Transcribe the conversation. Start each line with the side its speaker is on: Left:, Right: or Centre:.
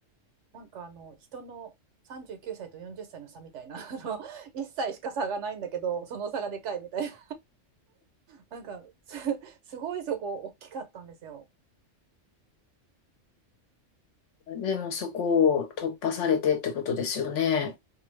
Right: なんかあの人の39歳と40歳の差みたいなあの1 <laughs> 歳しか差がないんだけどその差がでかいみたいななんかす、すごいそこ大きかったんですよ。
Left: んでもそこを突破されてってことですよね。